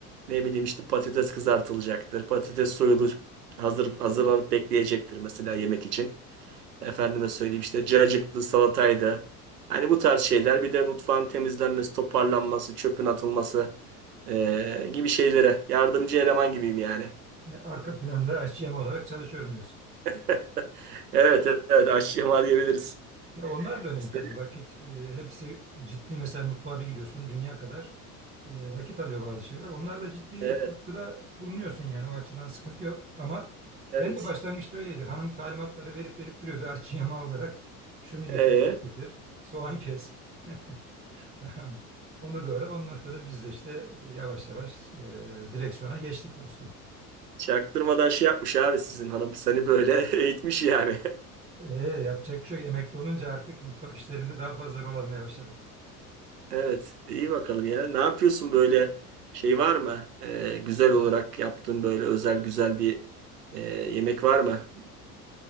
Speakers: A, on the right (about 85°); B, on the right (about 15°).
A: Ne bileyim işte patates kızartılacaktır. Patates soyulu hazır hazırlanıp bekleyecektir mesela yemek için. Efendime söyleyeyim işte cacıktı, salataydı. Hani bu tarz şeyler bir de mutfağın temizlenmesi, toparlanması, çöpün atılması e, gibi şeylere yardımcı eleman gibiyim yani.
B: E, arka planda aşçı olarak çalışıyorum diyorsun.
A: <laughs> Evet evet aşyama diyebiliriz.
B: Ya onlar da önemli
A: İşte-
B: tabii vakit e, hepsi ciddi mesela mutfağa bir giriyorsun dünya kadar e, vakit alıyor bazı şeyler. Onlar da ciddi
A: Evet
B: katkıda bulunuyorsun yani o açıdan sıkıntı yok. Ama
A: evet.
B: ben de başlangıçta öyleydi. Hanım talimatları verip verip duruyordu aşçı yama olarak şunu getir
A: Ee,
B: bunu getir soğan kes. <laughs> Tamam. Onu doğru. Ondan sonra biz de işte e, yavaş yavaş e, direksiyona geçtik dostum.
A: çaktırmadan şey yapmış abi sizin hanım. Seni böyle <laughs> eğitmiş yani. <laughs>
B: E, yapacak bir şey yok. Emekli olunca artık mutfak işlerinde daha fazla rol almaya başladık.
A: Evet iyi bakalım ya. Ne yapıyorsun böyle şey var mı? Ee, güzel olarak yaptığın böyle özel güzel bir e, yemek var mı?